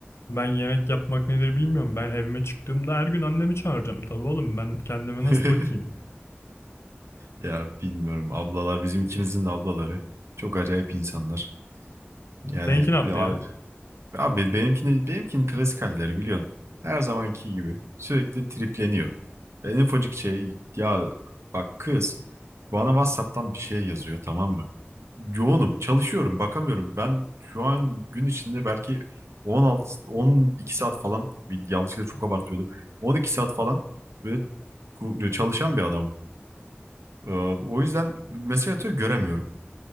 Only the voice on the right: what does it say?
<laughs>
Ya bilmiyorum ablalar bizim ikimizin de ablaları. Çok acayip insanlar. Yani
bir ar-
abi benimkini benimkinin klasik halleri biliyorsun. Her zamanki gibi sürekli tripleniyor. En ufacık şey ya bak kız bana WhatsApp'tan bir şey yazıyor tamam mı? Yoğunum, çalışıyorum, bakamıyorum. Ben şu an gün içinde belki 16 12 saat falan bir yanlışlıkla çok abartıyordum. 12 saat falan böyle ku- çalışan bir adamım. Ee, O yüzden mesaj atıyor göremiyorum.